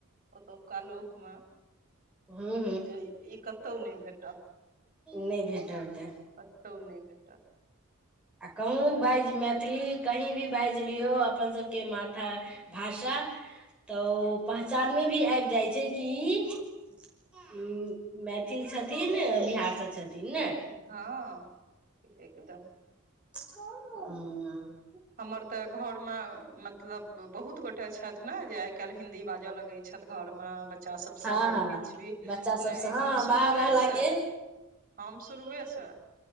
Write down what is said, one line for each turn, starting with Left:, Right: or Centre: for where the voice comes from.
Right: ओतोका लोक मऽ
Centre: हूँ हूँ
Right: जे ई कतउ नहि भेटत
Centre: नै भेटतै
Right: कतौ नैइ भेटत
Centre: आ कहूँ बाजि मैथिली कही भी बाजि लियौ अपन सभ के माथा भाषा तऽ ओ पहचान मे भी आबि जाइ छै की ई मैथिल छथिन बिहार सँ छथिन नइ
Right: हँ एकदम
Centre: हुँ
Right: हमर तऽ घर मे मतलब बहुत गोटे छैथ न जे आइ काल्हि हिन्दी बाज बजय लगै छथि घर मऽ बच्चा सब
Centre: हँ
Right: से या
Centre: हँ
Right: किछ भी
Centre: बच्चा सबसँ
Right: नहि
Centre: हँ
Right: हम
Centre: हँ बाहर
Right: शुरुए
Centre: रहला
Right: सँ
Centre: के
Right: हम शुरुए सँ